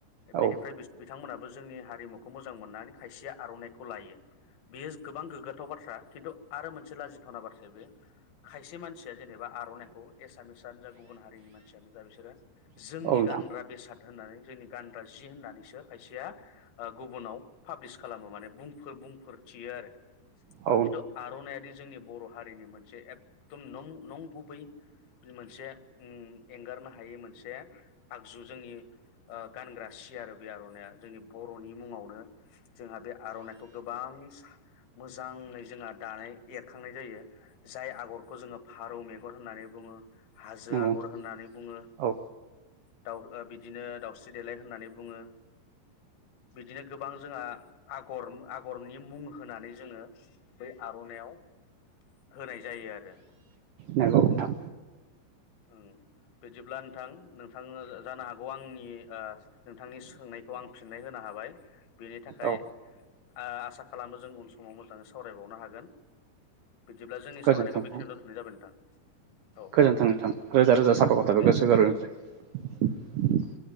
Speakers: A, on the right; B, on the left.
A: औ
B: बिनिफ्राय बिथांमोना बो जोंनि हारिमुखौ मोजां मोननानै खायसेया आर'नाइखौ लायो बेयो गोबां गोग्गाथाव बाथ्रा खिन्थु आरो मोनसे लाजिथावना बाथ्राया बे खायसे मानसिया जेनेबा आर'नाइखौ एसामिस जा गुबुन हारिनि मानसियानो जा बिसोरो जोंनि
A: औ नोंथां
B: गानग्रा बेसाद होननानै जोंनि गानग्रा जि होननानैसो खायसेया गुबुनाव पाब्लिस खालामो मानेफोर बुंफोर थियो आरो
A: औ
B: खिन्थु आर'नाइआदि जोंनि बर' हारिनि मोनसे मोनसे एकदम नं नं गुबै मोनसे एंगारनो हायै मोनसे आगजु जोंनि गानग्रा सि आरो बे आर'नाइया जोंनि बर'नि मुङावनो जोंहा बे आर'नाइखौ गोबां मोजाङै जोंहा दानाय एरखांनाय जायो। जाय आगरखौ जोङो फारौ मेगन होननानै बुङो। हाजो
A: नोंथां
B: आगर होननानै बुङो
A: औ
B: दाउ बिदिनो दाउस्रि देलाय होननानै बुङो बिदिनो गोबां जोंहा आगर आगरनि मुं होनानै जोङो बै आर'नाइयाव होनाय जायो आरो
A: नंगौ नोंथां
B: ओं बिदिब्ला नोंथां नोंथांनो जानो हागौ आंनि ओ नोंथांनि सोंनायखौ आं फिननाय होनो हाबाय, बेनि थाखाय
A: औ
B: आ आसा खालामो जों उन समाव मोजाङै सावरायबावनो हागोन, बिदिब्ला जोंनि
A: गोजोन्थों
B: सावरायनायखौ
A: नोंथां
B: बेखिनियाव दोनथ'नाय जाबाय नोंथां औ
A: गोजोन्थों नोंथां रोजा रोजा साफाखथाबो
B: दे
A: गोसो
B: नोंथां
A: गोरोनिफ्राय,